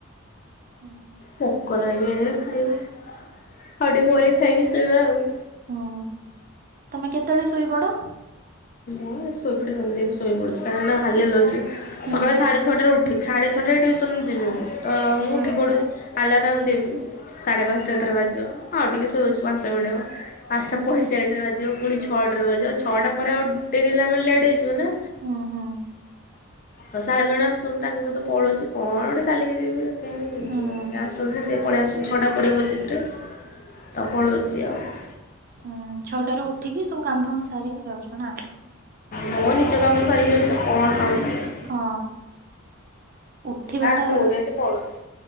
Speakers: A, on the right; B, on the left.
A: ଉଁ ହୁଁ।
B: ଭୋକ ଲାଗିଲେ ଯାଇ ଖାଇବା, ଆଉ ଟିକେ ପରେ ଖାଇକି ଶୋଇବା ଆଉ।
A: ହୁଁ, ତମେ କେତେବେଳେ ଶୋଇପଡ?
B: ମୁଁ ଶୋଇପଡେ ଜଲ୍ଦି ମୁଁ ଶୋଇପଡୁଛି, କାହିଁକି ନା ହାଲିଆ ଲାଗୁଛି
A: ହୁଁ
B: ସକାଳ ସାଢେଛଟାରୁ ଉ ଠିବି ସାଢ଼େ ଛଅଟାରେ ଟିଉସନ ଯିବି ମୁଁ ତ ମୁଁ
A: ହୁଁ
B: ଉଠି ପଢ଼ୁଛି ଆଲାରମ୍ ଦେବି। ସାଢେ ପାଞ୍ଚଟା
A: ହୁଁ
B: ଥର ବାଜିବ ହଁ ଟିକେ ଶୋଉଛି ପାଞ୍ଚ ମିନିଟ ହବ ପାଞ୍ଚଟା
A: ହୁଁ
B: ପଇ ଚାଳିଶରେ ବାଜିବ ପୁଣି ଛଅଟାରେ ବାଜିବ, ଛଅଟା ପରେ ଆଉ ଡେରି ହେଲା ମାନେ ଲେଟ୍ ହେଇଯିବ ନା।
A: ହୁଁ ହୁଁ।
B: ତ ସାର ଜଣେ ଆସୁଛନ୍ତି ତାଙ୍କ ସହିତ ପଳଉଛି କଣ ଗୋଟେ ଚାଲିକି ଯିବି ଏଥିପାଇଁ।
A: ହୁଁ।
B: ସିଏ ଆସନ୍ତି ସିଏ ପଳେଇ ଆସୁଛି ଛଅଟା କୋଡ଼ିଏ ପଚିଶରେ ତ ପଳଉଛି ଆଉ।
A: ହୁଁ, ଛଅଟାରୁୁ ଉଠିକି ସବୁ କାମ ଫାମ ସାରିକି ଯାଉଛ ନା?
B: ମୋ ନିତ୍ୟ କାମ ସାରିକି ଯାଉଚି ଆଉ, କଣ କାମ ସାରିବି।
A: ହଁ ଉଠିବାଟା
B: ଗାଧଉନି ଏମିତି ପଳଉଛି